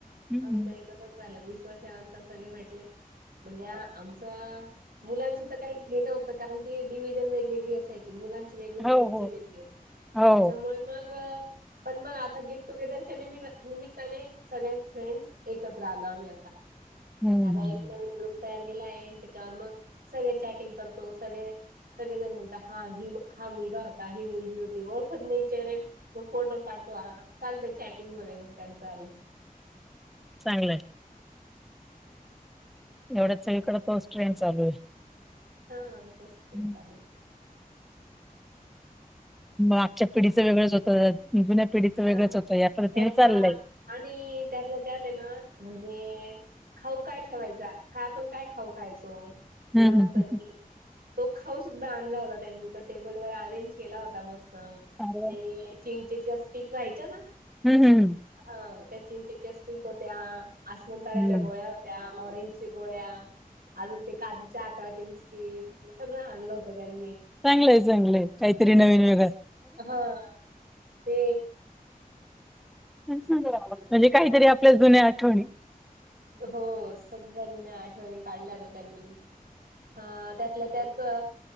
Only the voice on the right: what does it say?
आमचंही तसच झालं वीस वर्षानंतर सगळे भेटले म्हणजे आमचा मुलांशी तर काही हे नव्हतं कारण की डिव्हजन वेगवेगळी असायची ती मुलांची वेगळी मुलींची
वेगळी
त्याच्यामुळे मग पण मग आता गेट टुगेदरच्या निमि निमित्ताने सगळ्या फ्रेंड्स एकत्र आलो आम्ही आता
आता एक नवीन ग्रुप तयार केला आहे त्याच्यावर मग सगळे चॅटिंग करतो. सगळे सगळे जण म्हणत हा ही हा मुलगा होता ही मुलगी होती ओळखत नाही चेहरे मग फोटो पाठवा चालत चॅटिंग मध्ये मग त्यांचं आलं.
हा आमचं असत
चालू.
हा
त्यात
अ आणि त्यातला त्यातय ना म्हणजे खाऊ काय ठेवायच का आपण काय खाऊ खायचो लहानपणी
तो खाऊ सुद्धा आणला होता त्यांनी तर. टेबल वर अरेंज केला होता मस्त ते
चिंचेच्या स्टिक राहायच्या ना.
हां त्या चिंचेच्या स्टिक होत्या आसमताऱ्याच्या
गोळ्या होत्या ऑरेंज गोळ्या अजून ते काजूच्या आकाराचे बिस्किट हे सगळं आणलं होतं त्यांनी.
हां ते
हो सगळ्या जुन्या आठवणी काढल्या होत्या त्यांनी. अ त्यातल्या त्यात